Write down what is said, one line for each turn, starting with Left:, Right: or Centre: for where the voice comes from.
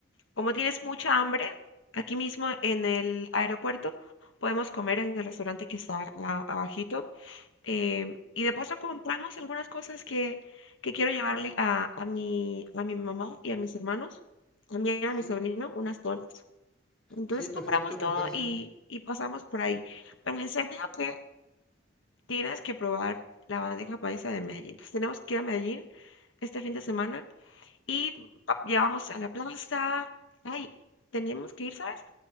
Left: Como tienes mucha hambre, aquí mismo en el aeropuerto podemos comer en el restaurante que está a- abajito. em, y de paso compramos algunas cosas que, que quiero llevarle a, a mi, a mi mamá y a mis hermanos, también
Centre: Sí,
Left: a mi sobrino, unas donas. Entonces
Centre: sí, perfecto,
Left: compramos
Centre: me
Left: todo
Centre: parece
Left: y,
Centre: bien.
Left: y pasamos por ahí. Pero en serio que tienes que probar la bandeja paisa de Medellín. Entonces, tenemos que ir a Medellín este fin de semana y pa- ya vamos a la plaza. Ay, tenemos que ir, ¿sabes?